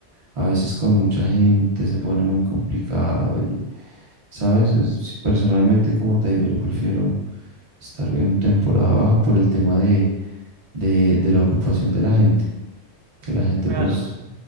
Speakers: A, on the right; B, on the right.
A: a veces con mucha gente se pone muy complicado y, ¿sabes? Es- si- personalmente, como te digo, yo prefiero estar en temporada baja por el tema de, de, de la ocupación de la gente, que la gente
B: Claro,
A: pues,
B: o sea,